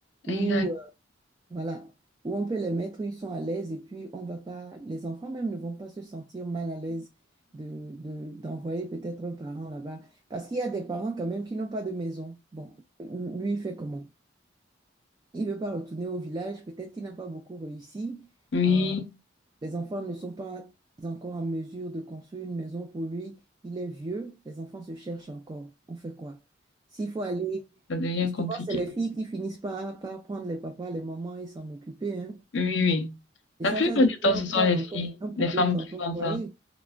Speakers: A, on the right; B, on the left.
A: Ou
B: Ah, exact.
A: voilà, où on peut les mettre, où ils sont à l'aise et puis on va pas, les enfants même ne vont pas se sentir mal à l'aise de, de- d'envoyer peut-être un parent là-bas. Parce qu'il y a des parents quand même qui n'ont pas de maison. Bon, lui, il fait comment? Il veut pas retourner au village, peut-être qu'il n'a pas beaucoup réussi.
B: Oui,
A: Euh, les enfants ne sont pas encore en mesure de construire une maison pour lui. Il est vieux, les enfants se cherchent encore. On fait quoi? S'il faut aller,
B: ça devient compliqué.
A: souvent c'est les filles qui finissent par, par prendre les papas, les mamans et s'en occuper, hein.
B: Oui, oui.
A: Et
B: La
A: ça,
B: plupart
A: ça devient
B: du temps,
A: un
B: ce
A: poids
B: sont les
A: dans
B: filles,
A: ton- un problème
B: les femmes
A: dans
B: qui
A: ton
B: font
A: foyer.
B: ça.